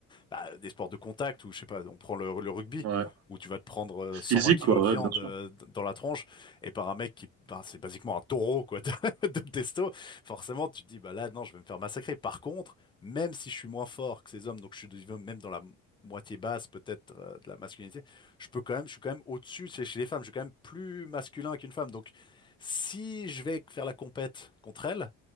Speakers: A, on the left; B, on the right.
A: bah, des sports de contact où, je sais pas, on prend le, le rugby,
B: Ouais.
A: où tu vas te prendre euh, 120
B: Physique,
A: kilos
B: quoi,
A: de viande
B: ouais, bien sûr.
A: euh, d- dans la tronche, et par un mec qui, bah, c'est basiquement un taureau, quoi, <laughs> de, de testo, forcément, tu te dis, bah là, non, je vais me faire massacrer. Par contre, même si je suis moins fort que ces hommes, donc je suis de- même dans la moitié basse, peut-être, euh, de la masculinité, je peux quand même, je suis quand même au-dessus chez, chez les femmes, je suis quand même plus masculin qu'une femme, donc si je vais faire la compète contre elle